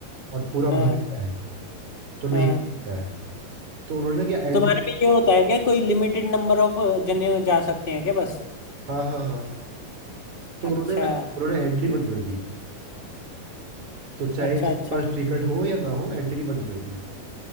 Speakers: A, on the right; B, on the left.
A: और पूरा भर
B: हाँ
A: गया है तो नहीं
B: हाँ
A: मिलता है तो उन्होंने क्या एंट्री
B: तुम्हारे में ये होता है क्या कोई लिमिटेड नंबर ऑफ जने जा सकते हैं क्या बस
A: हाँ हाँ हाँ तो उन्होंने
B: अच्छा
A: ना उन्होंने एंट्री बंद कर दी तो चाहे
B: अच्छा
A: जिसके
B: अच्छा
A: पास टिकट हो या ना हो एंट्री बंद रंधावा कर दी